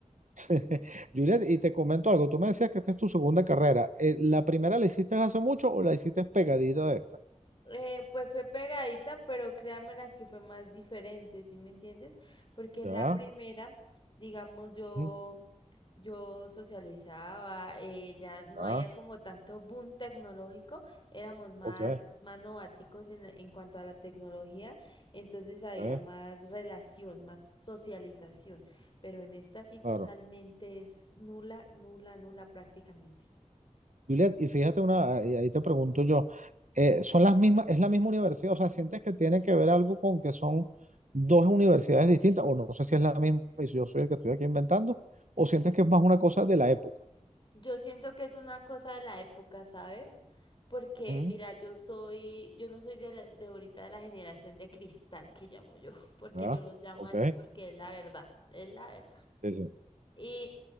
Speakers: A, on the right; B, on the left.
A: <laughs> Juliet, y te comento algo. Tú me decías que esta es tu segunda carrera. Eh, ¿la primera la hiciste hace mucho o la hiciste pegadita de esta?
B: Eh, pues fue pegadita, pero créanme las que fue más diferente, ¿sí me entiendes? Porque en
A: Ya,
B: la primera, digamos, yo,
A: ujú,
B: yo socializaba, eh, ya no
A: ya,
B: había como tanto boom tecnológico, éramos más,
A: ok,
B: más nováticos en, la- en cuanto a la tecnología, entonces había
A: ok,
B: más relación, más socialización, pero en esta sí totalmente
A: claro.
B: es nula, nula, nula prácticamente.
A: Juliet, y fíjate una, y ahí te pregunto yo, eh, ¿son las mismas, es la misma universidad? O sea, ¿sientes que tiene que ver algo con que son dos universidades distintas? O no sé si es la misma y si yo soy el que estoy aquí inventando, o sientes que es más una cosa de la época.
B: Yo siento que es una cosa de la época, ¿sabes? Porque
A: Ujú,
B: mira, yo soy, yo no soy de, la- de ahorita de la generación de cristal que llamo yo, <laughs> porque
A: Ya,
B: yo los llamo
A: ok,
B: así porque es la verdad, es la verdad.
A: dice,
B: Y,